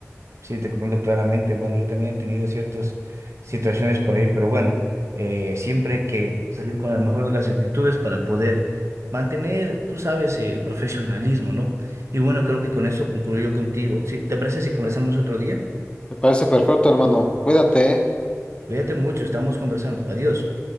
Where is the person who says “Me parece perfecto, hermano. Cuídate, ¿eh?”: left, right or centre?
Left